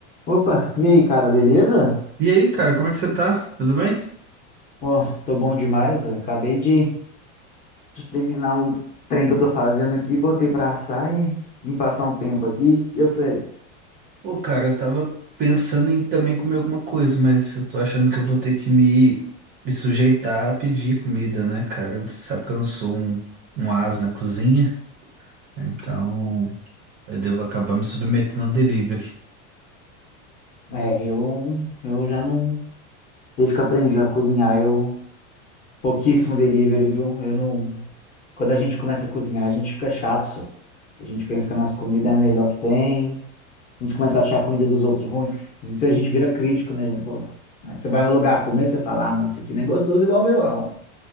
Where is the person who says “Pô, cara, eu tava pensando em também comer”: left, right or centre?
Right